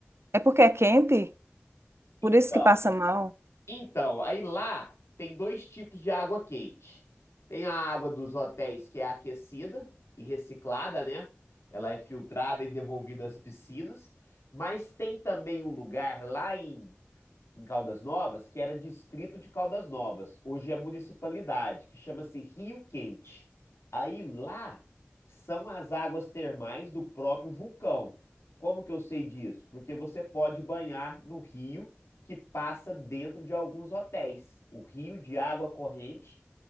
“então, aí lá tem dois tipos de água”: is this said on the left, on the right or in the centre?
Left